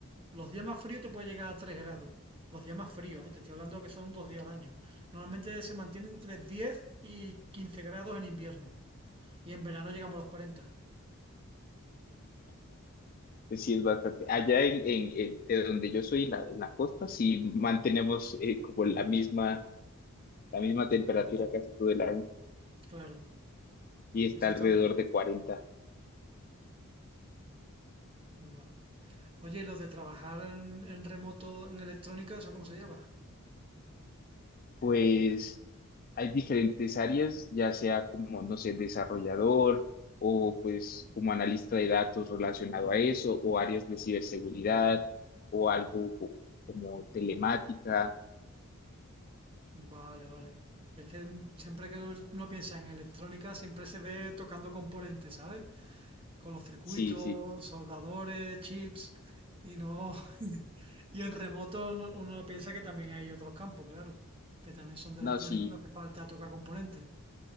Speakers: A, on the right (about 25°); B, on the left (about 40°).
A: los días más fríos te puede llegar a 3 grados, los días más fríos, ¿eh? Te estoy hablando que son dos días al año. Normalmente se mantiene entre 10 y 15 grados en invierno y en verano llegamos a los cuarenta.
B: pues sí es bastante. Allá en, en- en- de donde yo soy, en la, en la costa, sí mantenemos eh, como la misma, la misma temperatura casi todo el año
A: claro,
B: y está
A: eso
B: alrededor
A: está bien,
B: de cuarenta.
A: vale. Oye, ¿y los de trabajar en, en remoto en electrónica, eso cómo se lleva?
B: Pues hay diferentes áreas, ya sea como, no sé, desarrollador o pues como analista de datos relacionado a eso, o áreas de ciberseguridad o algo co- como telemática.
A: Vale, vale. Es que mm, siempre que uno piensa en electrónica, siempre se ve tocando componentes, ¿sabes? Con los circuitos,
B: Sí, sí,
A: soldadores, chips, y no... <laughs> Y en remoto no- uno piensa que también hay otros campos, claro, que también son de
B: no,
A: electrónica,
B: sí,
A: y no hace falta tocar componentes.